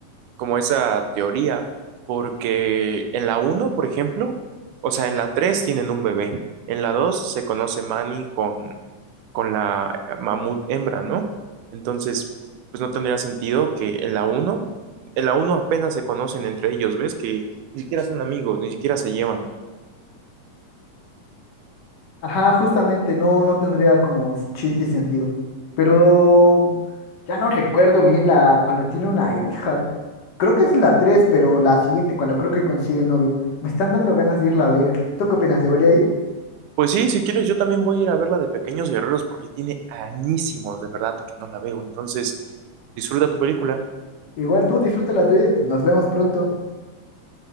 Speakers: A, on the right; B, on the left.
A: como esa teoría, porque en la uno, por ejemplo, o sea, en la 3 tienen un bebé, en la 2 se conoce Manny con, con la eh, mamut hembra, ¿no? Entonces, pues no tendría sentido que en la uno, en la uno apenas se conocen entre ellos, ¿ves? Que ni siquiera son amigos, ni siquiera se llevan.
B: Ajá, justamente, no, no tendría como chiste y sentido. Pero ya no recuerdo bien la cuando tiene una hija. Creo que es la tres pero la siguiente, cuando creo que consigue novio. Me están dando ganas de irla a ver. ¿Tú qué opinas? ¿Debería ir?
A: Pues sí, si quieres, yo también voy a ir a ver la de Pequeños Guerreros porque tiene añísimos, de verdad, que no la veo. Entonces, disfruta tu película.
B: Igual tú disfruta la tuya y pues, nos vemos pronto.